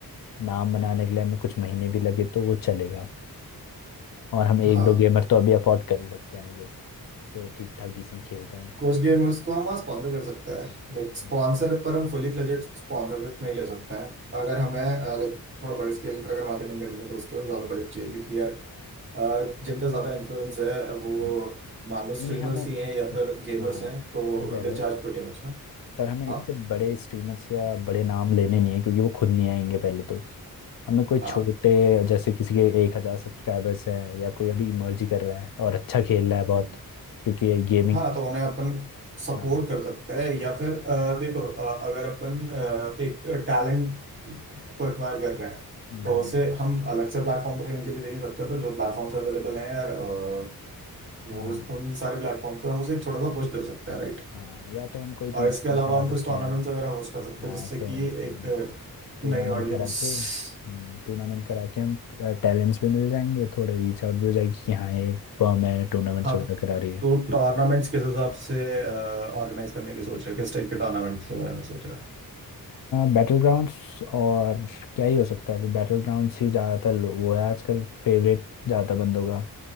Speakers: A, on the left; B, on the right.
A: नाम बनाने के लिए हमें कुछ महीने भी लगे तो वो चलेगा और हम एक
B: हाँ
A: दो गेमर तो अभी अफोर्ड कर ही सकते हैं आई गेस जो ठीक ठाक डिसेंट खेलते हो
B: कुछ गेमर्स को हम स्पॉन्सर कर सकते हैं लाइक स्पॉन्सर
A: हम्म,
B: पर हम फुली फ्लेजेड स्पॉन्सरशिप नहीं ले सकते हैं अगर हमें लाइक थोड़ा बड़े स्केल पर अगर मार्केटिंग करनी है तो उसके लिए ज़्यादा बजट चाहिए क्योंकि यार अ, जिनका ज़्यादा इन्फ्लुएंस है वो
A: हम्म।
B: मान लो स्ट्रीमर्स
A: नहीं नहीं हमें
B: ही हैं या फिर गेमर्स
A: हाँ
B: हैं तो
A: सही कह
B: दे
A: रहे
B: चार्ज
A: हो
B: प्रीटी मच ना
A: पर हमें इतने
B: हाँ
A: बड़े स्ट्रीमर्स या बड़े नाम लेने नहीं है क्योंकि वो खुद नहीं आएंगे पहले तो हमें कोई
B: हाँ
A: छोटे जैसे किसी के एक हजार सब्सक्राइबर्स हैं या कोई अभी इमर्ज ही कर रहा है और अच्छा खेल रहा है बहुत
B: हम्म।
A: क्योंकि गेमिंग
B: हाँ तो उन्हें अपन सपोर्ट
A: हाँ
B: कर सकते हैं या फिर अ, देखो अ, अगर अपन अ, एक टैलेंट को एक्वायर कर रहे हैं
A: हम्म,
B: तो उसे हम अलग से प्लेटफॉर्म पर इनिशियली दे नहीं सकते तो जो प्लेटफॉर्म्स अवेलेबल हैं यार अ, वो
A: हाँ
B: उस- उन सारे प्लेटफॉर्म्स पे हम उसे एक छोटा सा पुश दे सकते हैं राइट
A: हाँ या तो हम कोई टूर्नामेंट
B: और इसके अलावा
A: करा
B: हम
A: सकते
B: कुछ टूर्नामेंट्स
A: हैं
B: वगैरह होस्ट कर सकते
A: हाँ
B: हैं जिससे
A: सेम
B: कि
A: सेम
B: एक अ,
A: हाँ टूर्नामेंट
B: नई ऑडियंस
A: करा के टूर्नामेंट करा के हम टैलेंट्स भी मिल जाएंगे थोड़ा रीच आउट भी हो जाएगी कि हाँ ये फर्म है टूर्नामेंट्स
B: हाँ
A: वगैरह करा रही है
B: तो टूर्नामेंट्स किस हिसाब से ऑर्गेनाइज करने की सोच रहे हो किस टाइप के टूर्नामेंट्स के बारे में सोच रहे हो
A: बैटल ग्राउंड्स और क्या ही हो सकता है फिर बैटल ग्राउंड्स ही ज़्यादातर लो- वो है आजकल फेवरेट ज़्यादा बंदों का